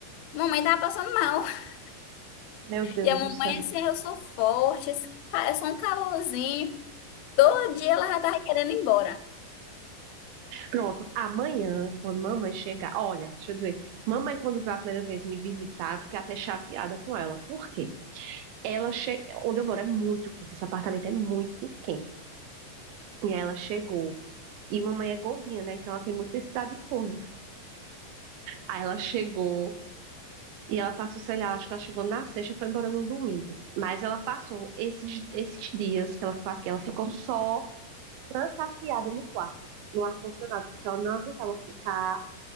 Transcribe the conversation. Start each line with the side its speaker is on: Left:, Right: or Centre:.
Left: mamãe tava passando mal. <laughs>
Right: Meu Deus
Left: E a mamãe
Right: do céu.
Left: assim, "Ah, eu sou forte, esse ca- é só um calorzinho. Todo dia ela já tava querendo ir embora.
Right: Pronto, amanhã, quando mamãe chegar, olha, deixa eu dizer, mamãe, quando veio a primeira vez me visitar, eu fiquei até chateada com ela. Por quê? Ela che... Onde eu moro é muito quente, esse apartamento é muito quente. E aí ela chegou. E mamãe é gordinha, né? Então ela tem muita necessidade de pouso. Aí ela chegou e ela passou, sei lá, acho que ela chegou na sexta, foi embora no domingo. Mas ela passou esses, esses dias que ela ficou aqui, ela ficou só. trancafiada no quarto, no ar-condicionado, porque ela não aguentava ficar